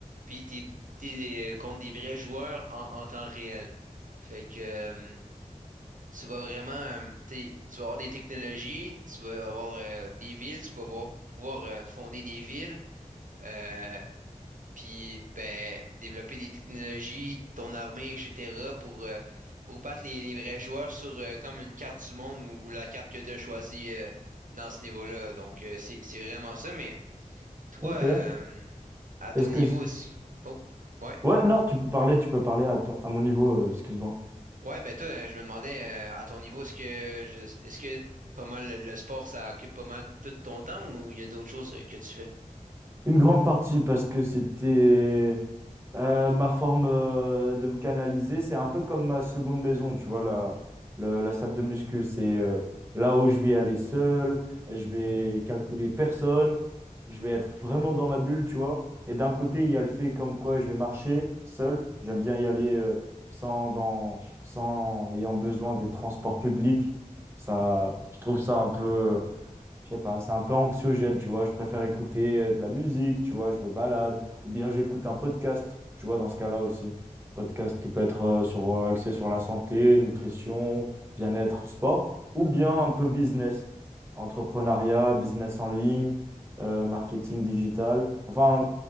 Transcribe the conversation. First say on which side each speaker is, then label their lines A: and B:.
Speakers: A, on the right (about 70°); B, on the right (about 20°).
A: Puis t'es, t'es euh, contre des vrais joueurs en, en temps réel. Fait que euh, tu vas vraiment, euh, t'sais, tu vas avoir des technologies, tu vas avoir euh, des villes, tu vas avoir- pouvoir euh, fonder des villes, euh, puis ben, développer des technologies, ton armée, etc., pour, euh, pour battre les, les vrais joueurs sur euh, comme une carte du monde ou, ou la carte que tu as choisie euh, dans ce niveau-là. Donc, euh, c'est, c'est vraiment ça. Mais toi,
B: Ok.
A: euh, à ton
B: Est-ce que...
A: niveau aussi. Oh, ouais?
B: Ouais, non, tu peux parler, tu peux parler à ton- à mon niveau, euh, excuse-moi.
A: Ouais, ben toi, euh, je me demandais euh, à ton niveau, est-ce que je- est-ce que pas mal le, le sport, ça occupe pas mal tout ton temps ou il y a d'autres choses euh, que tu fais?
B: Une grande partie parce que c'était euh, ma forme euh, de me canaliser. C'est un peu comme ma seconde maison, tu vois, la, la, la salle de muscu. C'est euh, là où je vais aller seul, je vais calculer personne, je vais être vraiment dans ma bulle, tu vois. Et d'un côté, il y a le fait comme quoi je vais marcher seul. J'aime bien y aller euh, sans, dans, sans en ayant besoin des transports publics. Ça, je trouve ça un peu je sais pas, c'est un peu anxiogène, tu vois. Je préfère écouter euh, de la musique, tu vois, je me balade. Ou bien j'écoute un podcast, tu vois, dans ce cas-là aussi. Podcast qui peut être euh, sur, euh, axé sur la santé, nutrition, bien-être, sport. Ou bien un peu business, entrepreneuriat, business en ligne, euh, marketing digital. Enfin,